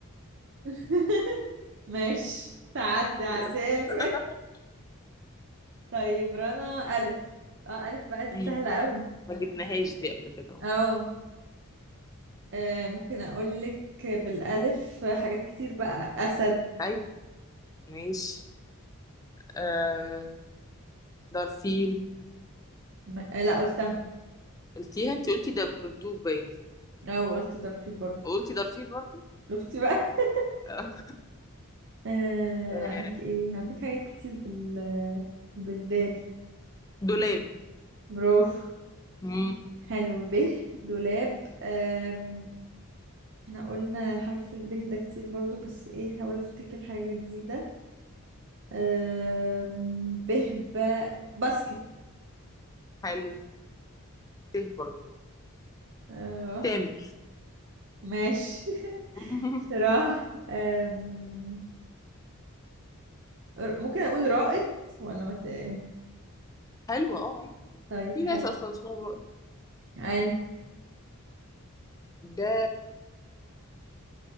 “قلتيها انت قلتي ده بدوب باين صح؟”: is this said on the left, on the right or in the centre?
Left